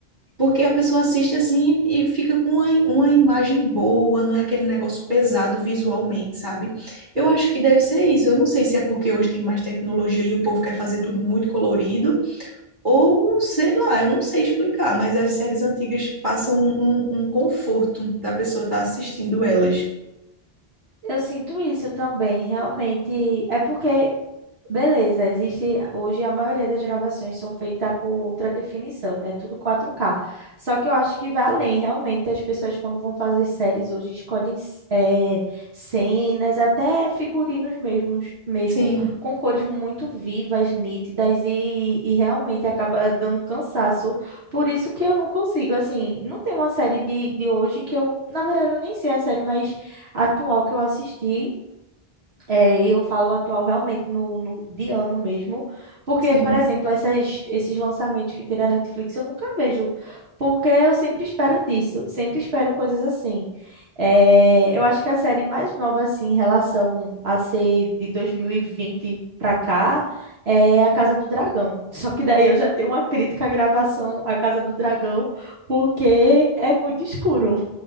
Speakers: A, on the right (about 50°); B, on the right (about 85°).
A: Porque a pessoa assiste assim e fica com uma, uma imagem boa, não é aquele negócio pesado visualmente, sabe? Eu acho que deve ser isso. Eu não sei se é porque hoje tem mais tecnologia e o povo quer fazer tudo muito colorido, ou sei lá, eu não sei explicar, mas as séries antigas passam um, um um conforto da pessoa estar assistindo elas.
B: Eu sinto isso também, realmente. É porque Beleza, existe hoje a maioria das gravações são feitas com ultra definição, né? Tudo 4K. Só que eu acho que vai além, realmente. As pessoas, quando vão fazer séries hoje, escolhem c- eh, cenas, até figurinos mesmos, mesmo,
A: Sim,
B: com cores muito vivas, nítidas, e, e realmente acaba dando cansaço. Por isso que eu não consigo, assim, não tem uma série de, de hoje que eu, na verdade, eu nem sei a série mais atual que eu assisti. É, eu falo atual realmente no, no de ano mesmo, porque,
A: sim.
B: por exemplo, essas, esses lançamentos que tem na Netflix eu nunca vejo, porque eu sempre espero disso, sempre espero coisas assim. É, eu acho que a série mais nova, assim, em relação a ser de 2020 pra cá, é A Casa do Dragão. Só que daí eu já tenho uma crítica à gravação A Casa do Dragão, porque é muito escuro